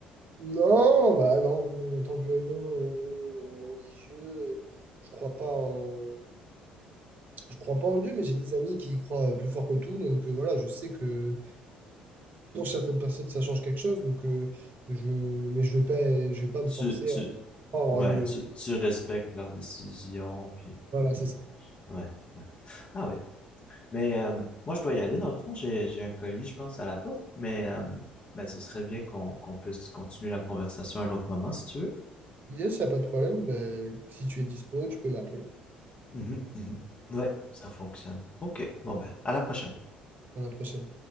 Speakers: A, on the right; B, on the left.
A: Non, bah non, en tant que non, euh, religieux, je crois pas en. je crois pas en Dieu, mais j'ai des amis qui y croient euh, plus fort que tout. Donc euh, voilà, je sais que pour certaines personnes, ça change quelque chose. Donc, euh, je, mais je vais pas, je vais pas me
B: Tu,
A: forcer
B: tu,
A: à croire en
B: ouais,
A: une.
B: tu, tu respectes leurs décisions, puis
A: Voilà,
B: ouais,
A: c'est ça.
B: ouais, ouais. Ah ouais mais euh, moi je dois y aller dans le fond, j'ai, j'ai un colis, je pense, à la porte, mais euh, ben, ce serait bien qu'on qu'on puisse continuer la conversation à un autre moment, si tu veux.
A: Yes, il n'y a pas de problème. Ben, si tu es dispo, tu peux m'appeler
B: Mhm, mhm. Ouais, ça fonctionne. OK, bon ben, à la prochaine.
A: dans la prochaine.